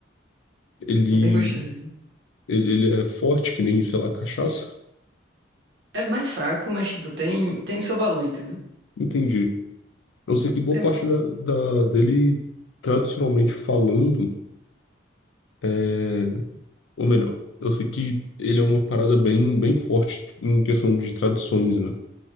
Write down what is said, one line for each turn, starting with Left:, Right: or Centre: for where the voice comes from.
Left: Ele,
Right: É bem gostosinho.
Left: ele, ele é forte que nem, sei lá, cachaça?
Right: É mais fraco, mas, tipo, tem, tem seu valor, entendeu?
Left: Entendi. Eu sei que boa
Right: Tem,
Left: parte
Right: um,
Left: da, da- dele, tradicionalmente falando, é... Ou melhor, eu sei que ele é uma parada bem, bem forte em questão de tradições, né?